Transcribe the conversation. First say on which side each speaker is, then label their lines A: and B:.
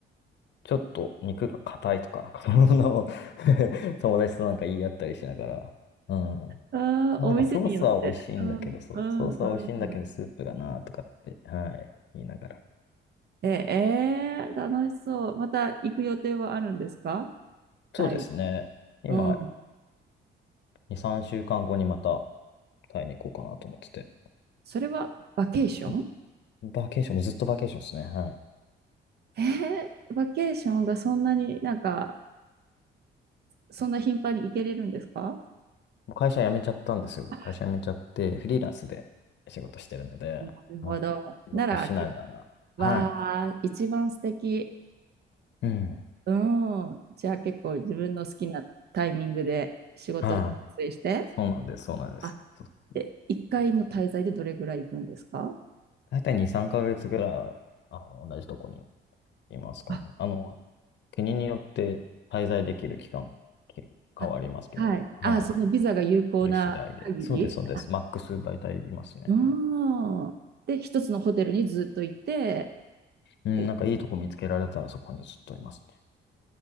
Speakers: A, on the left (about 60°); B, on the right (about 55°).
A: ちょっと肉が硬いとか、そんなのを <laughs> 友達となんか言い合ったりしながら、うん。
B: あ、
A: ここはなんかソースは美味しいんだけど、
B: お店によって。うん。
A: そう、
B: うん。
A: ソースは美味しいんだけど、
B: うん。
A: スープがなとかって、はい、言いながら。
B: え、えー、楽しそう。また行く予定はあるんですか
A: そうですね。
B: タイ。
A: 今、
B: うん。
A: 2、3週間後にまたタイに行こうかなと思ってて。
B: それはバケーション
A: うんバーケーション、ずっとバーケーションですね。はい。
B: えー、バケーションがそんなになんかそんな頻繁に行けれるんですか
A: もう会社辞めちゃったんですよ。
B: あ
A: 会社辞めちゃって、フリーランスで仕事してるので、
B: なるほど。
A: はい。
B: なら、
A: 仕事しながら、
B: け、わあ、
A: はい。
B: 一番素敵。
A: うん。
B: うん。じゃあ結構自分の好きなタイミングで仕事を調整して。
A: はい。そうなんです、そうなんです。
B: あ、
A: そう
B: で、1回の滞在でどれぐらい行くんですか
A: 大体2、3ヶ月ぐらい、あの、同じとこにいますかね。
B: あ、
A: あの、国によって滞在できる期間、き変わりますけど、
B: あ、はい。
A: はい。
B: あ、そのビザが有効な限り。
A: それ次第で。そうです、そうです。マックス大体いますね。
B: うん。で、一つのホテルにずっといて。
A: うん、
B: っていう
A: なんかいいとこ見つけられたらそこにずっといますね。